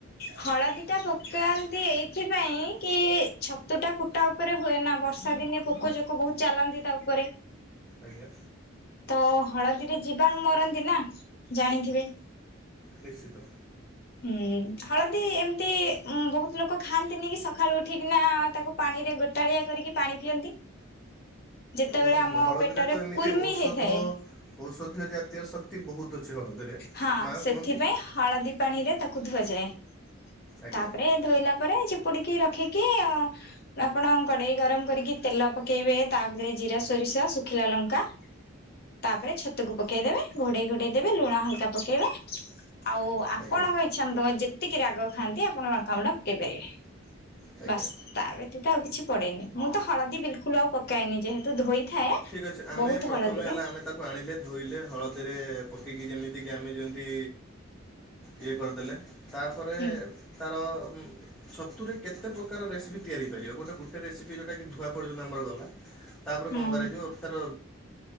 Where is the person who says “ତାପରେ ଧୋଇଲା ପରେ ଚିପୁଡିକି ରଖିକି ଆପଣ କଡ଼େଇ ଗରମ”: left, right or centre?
Left